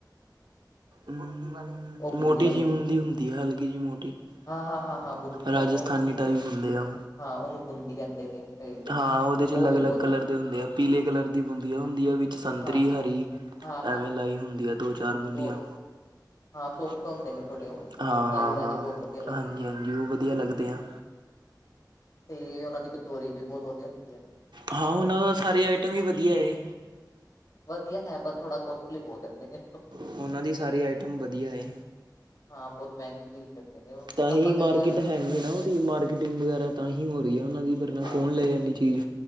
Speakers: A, on the right; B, on the left.
A: ਮੋਟੀ
B: ਬੂੰਦੀ ਵਾਲੇ
A: ਜਿਹੀ
B: ਹੁੰਦੇ
A: ਮੁੰਦੀ
B: ਨੇ ਸ਼ਾਇਦ
A: ਹੁੰਦੀ ਆ ਹਲਕੀ ਜਿਹੀ ਮੋਟੀ
B: ਹਾਂ ਹਾਂ
A: ਹਾਂ-ਹਾਂ-ਹਾਂ
B: ਹਾਂ ਹਾਂ ਉਹਨੂੰ
A: ਰਾਜਸਥਾਨੀ ਹੁੰਦੇ ਆ
B: ਹਾਂ ਉਹਨੂੰ ਬੂੰਦੀ ਕਹਿੰਦੇ ਨੇ ਸਹੀ
A: ਹਾਂ ਉਹਦੇ 'ਚ
B: ਉਹ
A: ਅਲਗ
B: ਵੀ
A: -ਅਲੱਗ
B: ਬਹੁਤ
A: ਕਲਰ ਦੇ ਹੁੰਦੇ ਆ। ਪੀਲੇ ਕਲਰ ਦੀ ਬੂੰਦੀਆਂ ਹੁੰਦੀ ਹੈ, ਵਿੱਚ ਸੰਤਰੀ
B: ਹਾਂ ਹਾਂ
A: ਹਰੀ
B: ਹਾਂ ਹਾਂ
A: ਐਵੇਂ
B: ਹਾਂ
A: ਲਾਈ ਹੁੰਦੀ ਹੈ। ਦੋ, ਚਾਰ ਬੂੰਦੀਆਂ।
B: ਬਹੁਤ ਹਾਂ ਸੋਫਟ
A: ਹਾਂ-
B: ਹੁੰਦੇ ਨੇ ਥੋੜੇ ਉਹ ਉਹ
A: ਹਾਂ
B: ਤਾਜ਼ੇ ਤਾਜ਼ੇ
A: -ਹਾਂ
B: ਬਹੁਤ ਵਧੀਆ ਲੱਗਦੇ
A: ਹਾਂਜੀ
B: ਨੇ
A: -ਹਾਂਜੀ ਉਹ ਵਧੀਆ ਲੱਗਦੇ ਆ।
B: ਤੇ ਉਹਨਾਂ ਦੀ ਕਚੋਰੀ ਵੀ ਬਹੁਤ ਵਧੀਆ ਹੁੰਦੀ ਹੈ।
A: ਹਾਂ ਉਹਨਾਂ ਦਾ ਸਾਰੇ ਆਈਟਮ ਵੀ ਵਧੀਆ ਏ।
B: ਵਧੀਆ ਹੈ ਪਰ ਥੋੜਾ ਕੋਸਟਿਲੀ ਬੋਲ ਸਕਦੇ ਨੇ।
A: ਉਹਨਾਂ ਦੀ ਸਾਰੀ ਆਈਟਮ ਵਧੀਆ ਏ।
B: ਹਾਂ ਬਹੁਤ ਮਹਿੰਗੀ ਚੀਜ਼ ਦਿੰਦੇ ਨੇ ਉਹ
A: ਤਾਂਹੀ
B: ਆਪਾਂ
A: ਮਾਰਕੀਟ
B: ਕਈ ਵਾਰ
A: ਹੈਗੀ ਨਾ ਉਹਦੀ ਮਾਰਕੀ ਟਿੰਗ ਵਗੈਰਾ ਤਾਂ ਹੀ ਹੋ ਰਹੀ ਹੈ ਉਹਨਾਂ ਦੀ ਪਰ
B: ਹਾਂ
A: ਕੌਣ ਲਏ ਇਨੀ ਚੀਜ਼